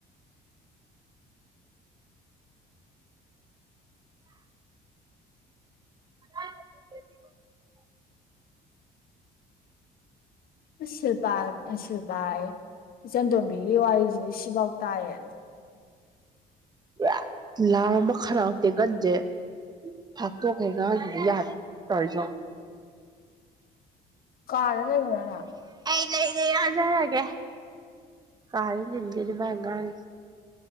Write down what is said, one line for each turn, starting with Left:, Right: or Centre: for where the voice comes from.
Right: <unintelligible>
Left: ꯢꯁ ꯁꯤꯜꯄ ꯁꯤꯜꯄꯌꯦ ꯢꯆꯟꯇꯣꯝꯕꯤꯒꯤ ꯋꯥꯔꯤꯁꯤꯗꯤ ꯁꯤꯐꯥꯎ ꯇꯥꯏꯌꯦ
Right: ꯄꯨꯔꯥ ꯂꯥꯎꯔ ꯃꯈꯥꯅꯎ ꯇꯦꯡꯒꯟꯖꯦ ꯐꯥꯛꯇꯣꯛꯀꯩ ꯉꯥꯡꯗ꯭ꯔꯗꯤ ꯌꯥꯗꯦ ꯇꯧꯔꯤꯖꯦꯉꯣ
Left: ꯀꯥꯗ ꯂꯩꯕ꯭ꯔ ꯅ
Right: ꯂꯩ ꯂꯩ ꯑꯖꯔꯒꯦ ꯀꯥꯗ ꯅꯤꯟꯒꯩ ꯃꯥꯅꯉꯥꯡ